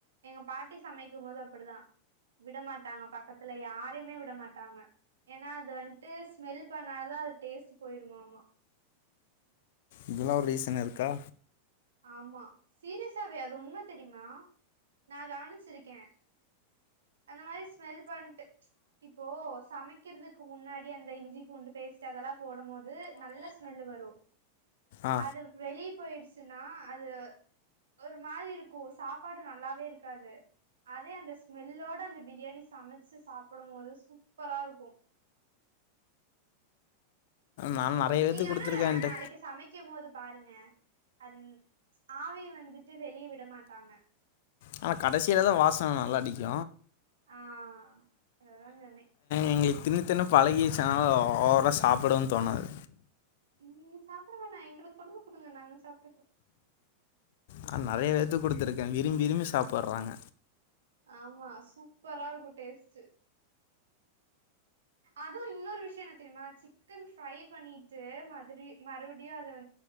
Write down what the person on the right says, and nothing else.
எங்க பாட்டி சமைக்கும்போதூ அப்படிதா விடமாட்டாங்க பக்கத்துல யாரயுமே விட மாட்டாங்க ஏனா அது வன்ட்டு ஸ்மெல் பண்ணாலூ அது டேஸ்ட் போயிருமாமா
ஆமா சீரியஸாவே அது உண்ம தெரிமா நா கவனிச்சிருக்கே அந்த மாரி ஸ்மெல் பண்ட்டு இப்போ சமைக்கிறதுக்கு முன்னாடி அந்த இஞ்சி பூண்டு பேஸ்ட்டு அதெல்லா போடும் போது நல்லா ஸ்மெல் வரும்
அது வெளிய போயிடுச் ச்சுனா அது ஒரு மாரி இருக்கூ சாப்பாடு நல்லாவே இருக்காது அதே அந்த ஸ்மெல்லோட அந்த பிரியாணி சமைச்சு சாப்புடும் போது சூப்பரா இருக்கூ
நீங்க
வேணா
நாளைக்கு சமைக்கிம் போது பாருங்க அந் ஆவிய வந்துட்டு வெளியே விட மாட்டாங்க
ஆ அததா சொன்னே
இங்கிங்க சாப்ட வேனா எங்குளுக் கொண்டுந்து கெடுங்க நாங்க சாப
ஆமா சூப்பரா இருக்கூ டேஸ்ட்டு அதுவு இன்னொரு விஷ்யோ என்ன தெரியுமா சிக்கன் ஃப்ரை பண்ணிட்டு மதுரி மறுப்டியு அத வ